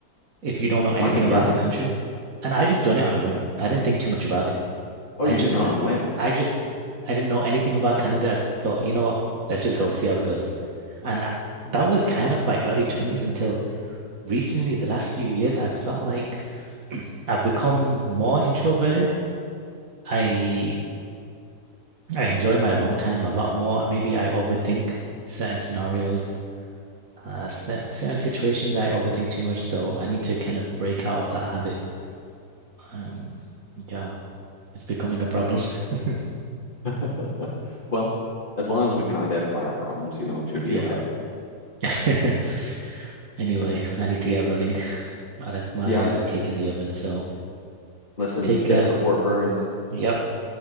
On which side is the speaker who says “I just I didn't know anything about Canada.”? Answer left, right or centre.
Right